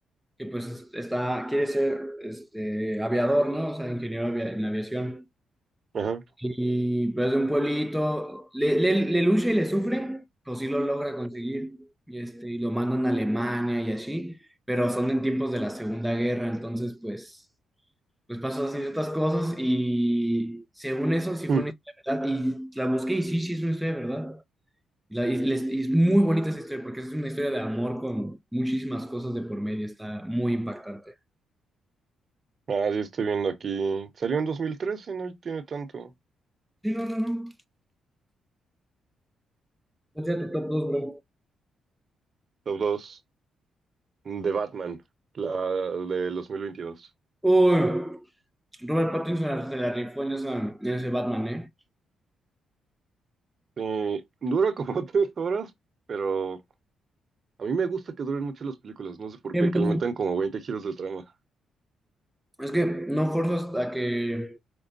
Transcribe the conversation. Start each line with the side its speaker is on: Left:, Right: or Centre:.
Centre: que pues está, quiere ser este, aviador, ¿no? O sea, ingeniero avia- en aviación.
Right: Ajá.
Centre: Y pues de un pueblito, le, le, le lucha y le sufre, pues sí lo logra conseguir, y, este, y lo mandan a Alemania y así, pero son en tiempos de la Segunda Guerra, entonces pues... pues pasó así otras cosas y según eso sí fue
Right: Mm.
Centre: una historia de verdad y la busqué y sí, sí es una historia de verdad. Y, la- y les- y es muy bonita esa historia porque es una historia de amor con muchísimas cosas de por medio, está muy impactante.
Right: Ah, sí, estoy viendo aquí. Salió en dos mil trece no tiene tanto.
Centre: Sí, no, no, no. Vete a tu top dos bro.
Right: Top 2. De Batman, la del dos mil veintidós
Centre: Uy, Robert Pattinson se la rifó en, esa- en ese Batman, ¿eh?
Right: Eh, dura como <laughs> tres horas, pero a mí me gusta que duren mucho las películas, no sé por
Centre: Bien,
Right: qué, que
Centre: bien.
Right: le metan como 20 giros de trama.
Centre: Es que no forzas a que